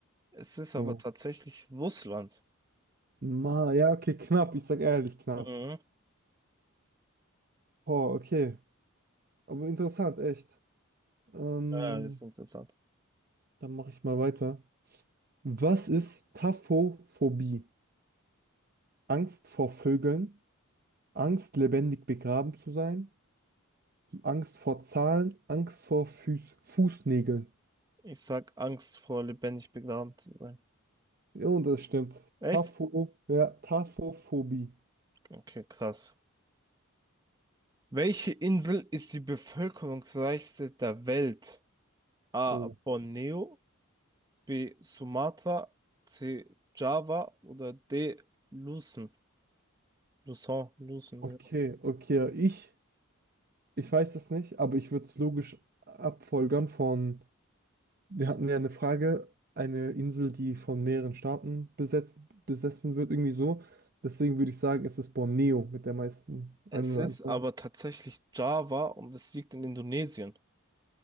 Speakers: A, on the right; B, on the right.
A: Es ist aber
B: So.
A: tatsächlich Russland.
B: Ma, ja, okay, knapp, ich sag ehrlich knapp.
A: Mhm.
B: Boah, okay. Aber interessant, echt. Ähm,
A: Ja, ist interessant.
B: dann mache ich mal weiter. Was ist Taphophobie? Angst vor Vögeln, Angst lebendig begraben zu sein, Angst vor Zahlen, Angst vor Füß Fußnägeln.
A: Ich sag Angst vor lebendig begraben zu sein.
B: Ja, und das stimmt.
A: Echt?
B: Tapho, ja, Taphophobie.
A: Okay, krass. Welche Insel ist die bevölkerungsreichste der Welt? A.
B: Oh,
A: Borneo, B. Sumatra, C. Java oder D. Luzon. Lusau, Lucen,
B: okay,
A: ja.
B: okay. Ich, ich weiß das nicht, aber ich würde es logisch abfolgern von, wir hatten ja eine Frage, eine Insel, die von mehreren Staaten besetzt, besessen wird, irgendwie so. Deswegen würde ich sagen, es ist Borneo mit der meisten
A: Es
B: Einwohneranzahl.
A: ist aber tatsächlich Java und es liegt in Indonesien.